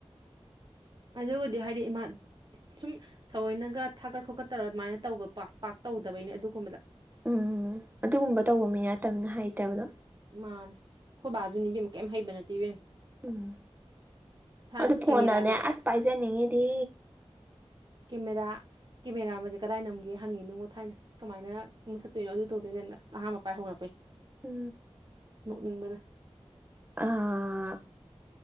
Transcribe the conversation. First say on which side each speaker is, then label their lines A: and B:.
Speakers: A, on the right; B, on the right.
A: ꯑꯗꯨꯕꯨꯗꯤ ꯍꯥꯏꯗꯤ ꯏꯃꯥꯟ ꯁꯨꯝ ꯊꯋꫭꯏꯅꯒ ꯊꯥꯒꯠ ꯈꯣꯠꯀꯠ ꯇꯧꯔ ꯑꯗꯨꯃꯥꯏꯅ ꯇꯧꯕ ꯄꯥꯛ ꯄꯥꯛ ꯇꯧꯗꯕꯩꯅꯦ ꯑꯗꯨꯒꯨꯝꯕꯗ
B: ꯎꯝ ꯑꯗꯨꯒꯨꯝꯕ ꯇꯧꯕ ꯃꯤ ꯅꯠꯇꯝꯅꯤꯅ ꯍꯩꯇꯕꯗꯣ
A: ꯃꯥꯅꯦ ꯑꯈꯣꯏ ꯕꯥꯖꯨꯅꯦ ꯏꯕꯦꯝꯃ ꯀꯩꯝ ꯍꯩꯕ ꯅꯠꯇꯦ ꯏꯕꯦꯝꯃ
B: ꯎꯝ
A: ꯊꯥꯏꯅ
B: ꯑꯗꯨ ꯐꯣꯟꯅꯅꯦ
A: ꯀꯦꯃꯦꯔꯥꯅ
B: ꯑꯁ ꯄꯥꯏꯖꯅꯤꯡꯉꯤꯗꯤ
A: ꯀꯦꯃꯦꯔꯥ ꯀꯦꯃꯦꯔꯥ <unintelligible> ꯀꯗꯥꯏ ꯅꯝꯒꯦ ꯍꯪꯉꯤꯅꯤꯉꯣ ꯊꯥꯏꯅ ꯀꯃꯥꯏꯅ ꯃꯨꯊꯠꯇꯣꯏꯅꯣ ꯑꯗꯨ ꯇꯧꯗꯣꯏꯅꯣꯅ ꯑꯍꯥꯟꯕ ꯄꯥꯥꯏ ꯍꯧꯔꯛꯄꯩ
B: ꯑ
A: ꯅꯣꯛꯅꯤꯡꯕꯅ
B: ꯑ